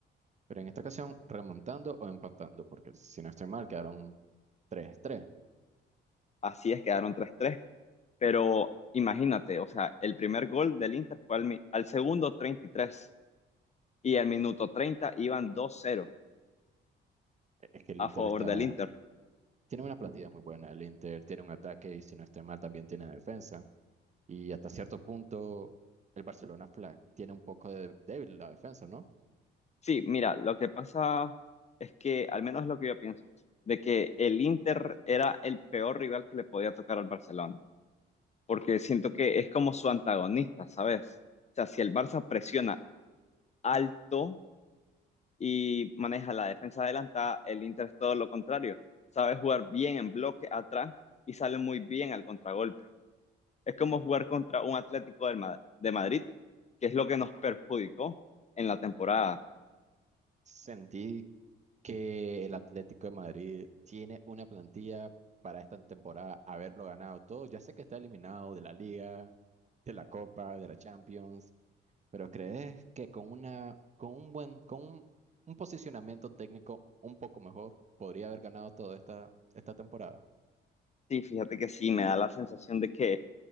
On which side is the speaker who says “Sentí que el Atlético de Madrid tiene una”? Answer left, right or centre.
Right